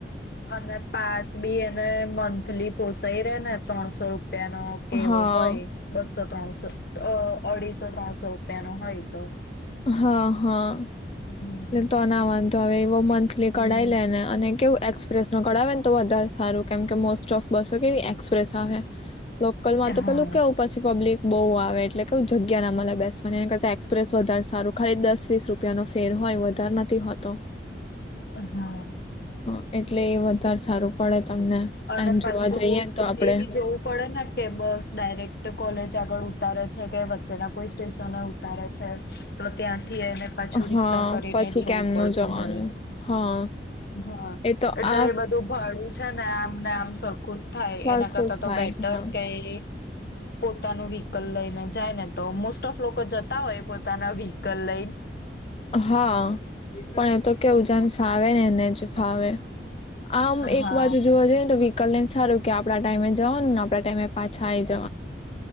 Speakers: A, on the left (about 60°); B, on the left (about 35°).
A: અને પાસ બી એને મંથલી પોસાઈ રે ને ત્રણસો રૂપિયાનો કેવો
B: હા
A: હોય બસો ત્રણસો અ અઢીસો ત્રણસો રૂપિયા નો હોય તો
B: હા હા,
A: હમ
B: એ તોનાવા તો હવે એવો મંથલી
A: હમ
B: કઢાવી લે ને અને કેવું એક્સપ્રેસ નો કઢાવે તો વધારે સારું કેમ કે મોસ્ટ ઓફ બસો કેવી એક્સપ્રેસ આવે લોકલ માં તો
A: હા
B: પેલું કેવું પછી પબ્લિક બહુ આવે એટલે કે જગ્યા ના મલે બેસવાને એના કરતા એક્સપ્રેસ વધારે સારું ખાલી દસ વીસ રૂપિયા નો ફેર હોય વધારે નથી હોતો.
A: હા.
B: હા એટલે એ વધારે સારું પડે તમને
A: અને
B: એમ
A: પાછું
B: જોવા જઈએ ને તો આપડે
A: એવી જોવું પડે ને કે બસ ડાયરેક્ટ કોલેજ આગળ ઉતારે છે કે વચ્ચેના કોઈ સ્ટેશન ઉતારે છે તો ત્યાં થી એને પાછું
B: હા
A: રિક્ષા કરીને
B: પછી
A: જવું
B: કેમનું
A: પડતું
B: જવાનું
A: હોય.
B: હા
A: હા
B: એ તો
A: એટલે
B: આ
A: એ બધું ભાડું છે ને ના આમ ને આમ સરખું જ થાય
B: સરખું
A: એના કરતાં
B: જ
A: તો
B: થાય
A: બેટર
B: હા
A: કે એ પોતાનું વ્હીકલ લઈને જાય ને તો મોસ્ટ ઓફ લોકો જતા હોય પોતાના વ્હીકલ લઈ
B: હા પણ એ તો કે ઉજાન ફાવે ને એને જ ફાવે. આમ
A: હા
B: એક બાજુ જોવા જોઈએને તો વિ કલેને સારું કે આપડા ટાઈમે જવાનુંને આપડા ટાઈમે પાછા આવી